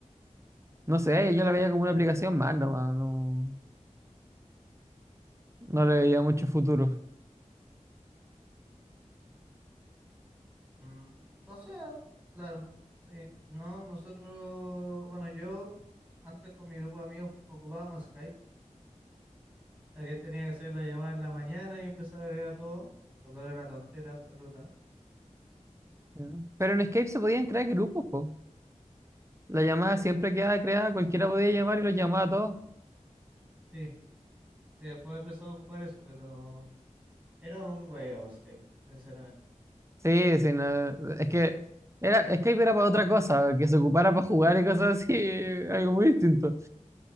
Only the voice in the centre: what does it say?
Mm, no sé, claro, sí. No, nosotros, bueno, yo antes con mi grupo de amigos ocupábamos Skype, ya que tenía que hacer la llamada en la mañana y empezaba a agregar a todo, lo cual era una tontera absoluta.
Sí, sí, después empezó a ocupar eso, pero era un huevo Skype, sinceramente.